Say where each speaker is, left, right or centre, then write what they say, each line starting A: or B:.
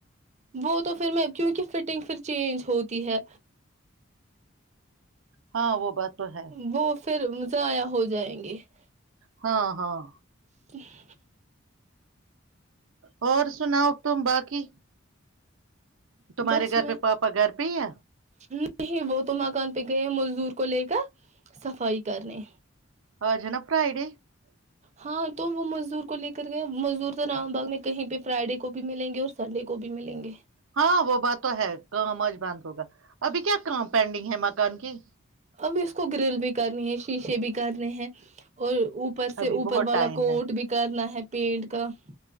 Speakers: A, on the right; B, on the right.
A: وہ تو پھر میں کیونکہ فٹنگ پھر چینج ہوتی ہے
B: ہاں وہ بات تو ہے
A: وہ پھر مز آیا ہو جائیں گے <unintelligible>
B: ہاں ہاں
A: س <unintelligible>
B: اور سناؤ تم باقی تمہارے
A: بس
B: گھر
A: میں
B: پہ پاپا گھر پہ ہے
A: نہیں وہ تو مکان پہ گئے ہیں مزدور کو لے کر صفائی کرنے
B: آ جنپرائی ڈے <unintelligible>
A: ہاں تو وہ مزدور کو لے کر گئے مزدور تو رام باغ میں کہیں پہ فرائیڈے کو بھی ملیں گے اور سنڈے کو بھی ملیں گے
B: ہاں وہ بات تو ہے کام آج بند ہوگا ابھی کیا کام پینڈنگ ہے مکان کی
A: اب اس کو گرل بھی کرنی ہے شیشے بھی کرنے ہیں اور اوپر سے
B: ابھی
A: اوپر
B: بہت
A: والا
B: ٹائم
A: کوٹ
B: ہے
A: بھی کرنا ہے پینڑ کا ہ